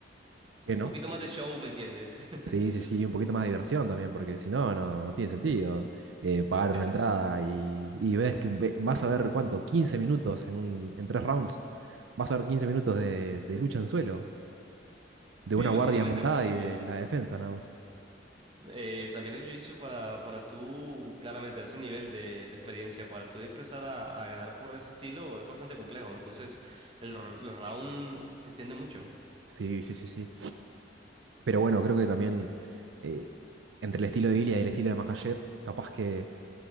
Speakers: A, on the right; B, on the right.
A: ¿Qué
B: un
A: no?
B: poquito más de show, ¿me entiendes? <laughs>
A: Sí, sí, sí, un poquito más de diversión también, porque si no, no, no tiene sentido eh, pagar
B: O sea,
A: una entrada
B: sí.
A: y, y ves que ve- vas a ver cuánto, 15 minutos en un, en tres rounds, vas a ver 15 minutos de, de lucha en suelo, de una
B: Y básicamente
A: guardia montada
B: porque...
A: y de la defensa nada más.
B: Eh, también el jiu-jitsu para, para tú, claramente, a ese nivel de, de experiencia, para tú empezar a, a ganar por ese estilo es bastante complejo. Entonces, el, r- los rounds se extienden mucho.
A: Sí, sí, sí, sí. Pero bueno, creo que también eh, entre el estilo de Ilia y el estilo de Makhachev, capaz que...